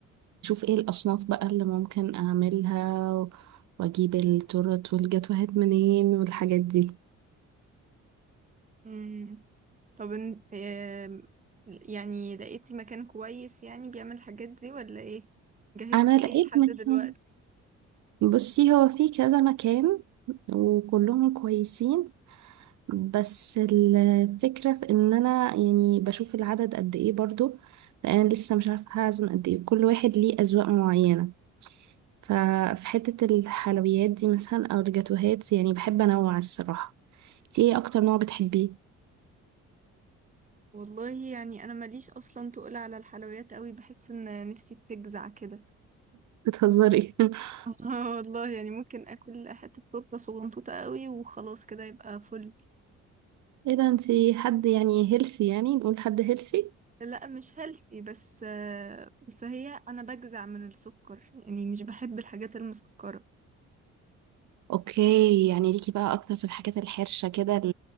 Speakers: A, on the right; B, on the right.
A: ايه الاصناف بقى اللي ممكن اعملها و- واجيب التورت والجاتوهات منين والحاجات دي
B: مم. طب ان... آم، يعني لقيتي مكان كويس يعني بيعمل الحاجات دي ولا ايه؟ جهزتي
A: انا لقيت
B: ايه لحد
A: مكان
B: دلوقتي؟
A: بصي هو في كذا مكان وكلهم كويسين بس الفكرة في ان انا يعني بشوف العدد قد ايه برضو فانا لسه مش عارفة هعزم قد ايه كل واحد ليه اذواق معينة ففي حتة الحلويات دي مثلا او الجاتوهات يعني بحب انوع الصراحة انتي ايه اكتر نوع بتحبيه
B: والله يعني انا ماليش اصلا تقول على الحلويات قوي بحس ان نفسي بتجزع كده
A: بتهزري <laughs>
B: <laughs> آه والله يعني ممكن اكل حتة تورتة صغنطوطة قوي وخلاص كده يبقى فل
A: ايه ده انتي حد يعني هيلسي يعني نقول حد هيلسي
B: لا مش هيلثي بس آه، بس هي انا بجزع من السكر يعني مش بحب الحاجات المسكرة
A: اوكي يعني ليكي بقى اكتر في الحاجات الحرشة كده ال...